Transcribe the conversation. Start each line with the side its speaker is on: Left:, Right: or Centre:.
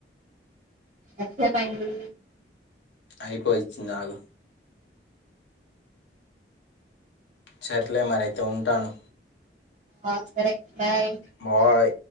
Right: ఎంతసేపు అయ్యింది
Left: అయిపోవచ్చింది ఆగు సర్లే మరైతే ఉంటాను
Right: ఆ సరే బాయ్
Left: మావ